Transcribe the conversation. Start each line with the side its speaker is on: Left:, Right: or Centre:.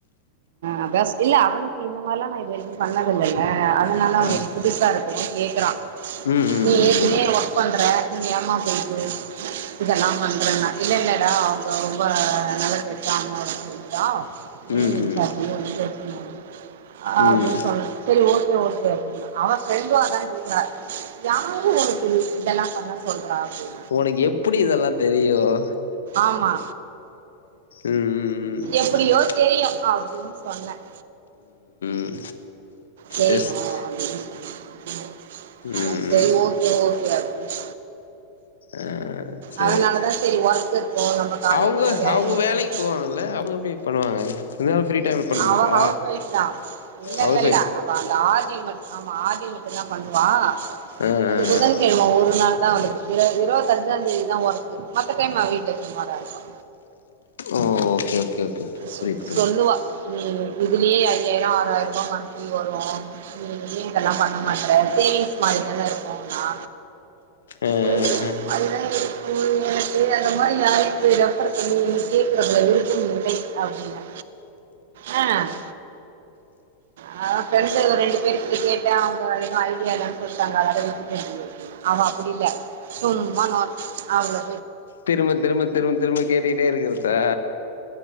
Right: அதா இல்ல அவனுக்கு இந்த மாரிலாம் நான் இது வரைக்கும் பண்ணதில்ல அதனால அவங்களுக்கு
Left: ஆ
Right: புதுசா இருக்கும் கேக்றான்
Left: ம் ம்
Right: நீ
Left: ம்
Right: ஏற்கனவே
Left: ம்
Right: ஒர்க் பண்ற நீ ஏமா போயிட்டு இத நான் பண்றேன்னான் இல்ல இல்லடா அவங்க ரொம்ப நல்ல டைப் தான் அம்மாவோட பிரண்டுதான் ஏ
Left: ம்
Right: ஐ இன்சார்ஜ
Left: ம்
Right: <unintelligible> அப்படின்னு
Left: ம்
Right: சொன்ன சரி ஓகே ஓகே அப்படின்னா அவன் ஃப்ரெண்டும் அதான் கேட்குறா யாரும் உனக்கு இதெல்லாம் பண்ண சொல்றா அப்படின்னு
Left: உனக்கு எப்படி இதெல்லாம் தெரியும்
Right: ஆமா
Left: உம் உம்
Right: எப்படியோ
Left: உம்
Right: தெரியும் அப்படின்னு சொன்னேன்
Left: ம்
Right: செய்றோம்
Left: ஜஸ்ட்
Right: அப்படின்னு சொன்ன
Left: ம்
Right: சரி
Left: ம்
Right: ஓகே ஓகே அப்டினு
Left: அஹ் சரி
Right: அதனாலதா
Left: ச
Right: சரி ஒர்க் இருக்கு நம்ம காலையிலயே
Left: அவங்க
Right: அந்த வேலைய
Left: அவங்க
Right: முடிச்சு
Left: வேலைக்கு போவாங்கல்ல அவங்க எப்படி பண்ணுவாங்க <unintelligible> பண்ணுவீங்களா
Right: அவ ஹவுஸ் வைஃப் தான் இல்ல
Left: ஹவுஸ்
Right: இல்ல
Left: ஒய்ஃப்
Right: அவ அந்த ஆதி மட் ஆமா ஆதி தி மட்டுதான் பண்ணுவா
Left: ஆ
Right: அது
Left: ஆ
Right: புதன்
Left: ஆ
Right: கிழம ஒரு நாள் நான் வந்துயிருக்கு இருபத்தஞ்சாந்தேதிதான் ஒர்க் மத்த டைம் வீட்ல சும்மாதான் இருப்பா
Left: உஹ்ன் ஓகே ஓகே ஓகே ஓகே
Right: சொ
Left: புரித புரிது
Right: சொல்லுவா நீ இதுலயே ஐயாயிரம் ஆறாயிரம் ரூபாய் மந்த்லி வரும் நீ ஏன் இதெல்லாம் பண்ண மாட்டறே சேவிங்ஸ் சேவிங்ஸ் மாரி தான இருக்கும்ண்ணா
Left: ஆ
Right: <unintelligible>
Left: ஆ ஆ
Right: அதுதான் எனக்கு <unintelligible> அந்த மாரி ஆயிடுது ரெபர் பண்ணி கேட்டதுல இருந்து இல்லைய அப்டின்னா ஆ ஹான் <unintelligible> ப்ரன்டு எதோ ரெண்டு பேரு கிட்ட கேட்டோன் அவுங்க அத ஐடியா இல்லன்னு சொல்லிட்டாங்க அத விட்டுட்டு அவ அப்டி இல்ல சும்மா நோ அவ்ளோ
Left: திரும்ப திரும்ப திரும்ப திரும்ப கேட்டிட்டே இருக்கிறதா